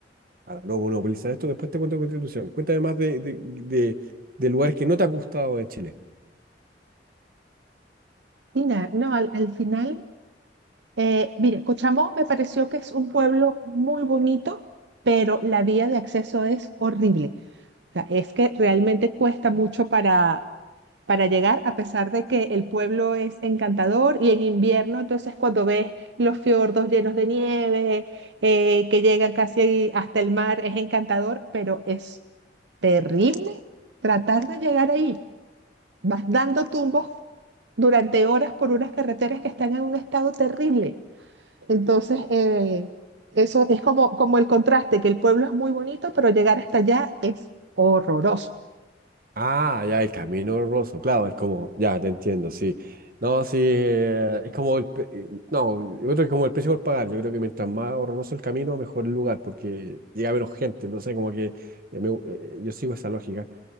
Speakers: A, on the right; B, on the right.
A: Ahora, no monopolizar esto, después te cuento Constitución. Cuéntame más de, de, de- de lugares que no te han gustado en Chile.
B: y nada, no, al, al final, eh, mire, Cochamó me pareció que es un pueblo muy bonito, pero la vía de acceso es horrible. O sea, es que realmente cuesta mucho para, para llegar, a pesar de que el pueblo es encantador y en invierno, entonces cuando ves los fiordos llenos de nieve, eh, que llegan casi hasta el mar, es encantador, pero es terrible tratar de llegar ahí. Vas dando tumbos durante horas por unas carreteras que están en un estado terrible. Entonces, eh, eso es como, como el contraste, que el pueblo es muy bonito, pero llegar hasta allá es horroroso.
A: Ah, ya, el camino roso, claro, es como, ya, te entiendo, sí. No, sí, eh, es como el, pe- eh, no, yo creo que es como el precio por pagar, yo creo que mientras más horroroso el camino, mejor el lugar, porque llega a menos gente, no sé, como que eh, me gu- eh, yo sigo esa lógica.